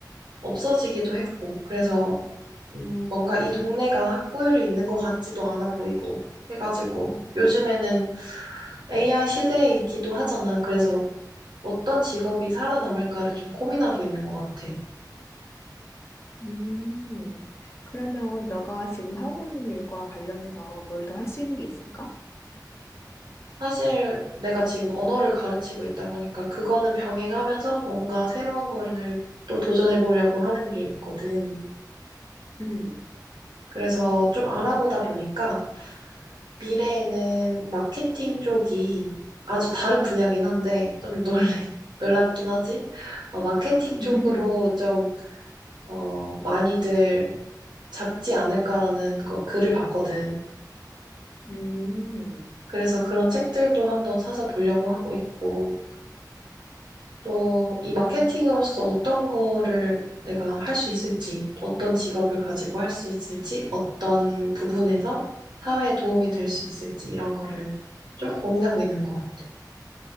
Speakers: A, on the right; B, on the left.
A: 없어지기도 했고 그래서 음, 뭔가 이 동네가 학구열이 있는 것 같지도 않아 보이고 해가지고 요즘에는 AI 시대이기도 하잖아. 그래서 어떤 직업이 살아남을까를 좀 고민하고 있는 것 같아.
B: 음, 그러면 너가 지금 하고 있는 일과 관련해서 뭘 더 할 수 있는 게 있을까?
A: 사실 내가 지금 언어를 가르치고 있다 보니까 그거는 병행하면서 뭔가 새로운 거를 또 도전해 보려고 하는 게 있거든.
B: 음,
A: 그래서 좀 알아보다
B: 음.
A: 보니까 미래에는 마케팅 쪽이 아주 다른 분야긴 한데 좀 놀래, <laughs> 놀랍긴 하지? 어, 마케팅 쪽으로
B: <laughs>
A: 좀, 어, 많이들 잡지 않을까라는 거, 글을 봤거든.
B: 음,
A: 그래서 그런 책들도 한번 사서 보려고 하고 있고, 또 이 마케팅으로서
B: 어,
A: 어떤 거를 내가 할 수 있을지, 어떤 직업을 가지고 할 수 있을지, 어떤 부분에서 사회에 도움이 될 수 있을지, 이런 거를 좀 고민하고 있는 것 같아.